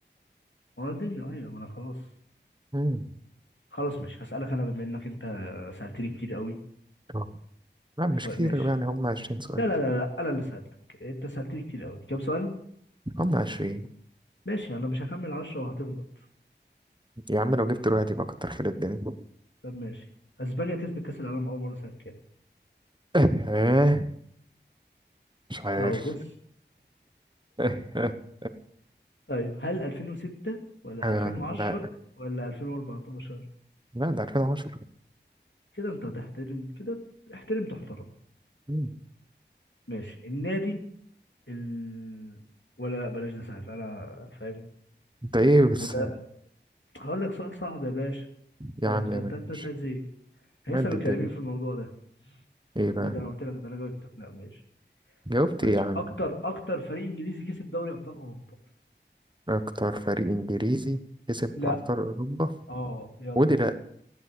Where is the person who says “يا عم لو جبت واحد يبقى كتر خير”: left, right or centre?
Right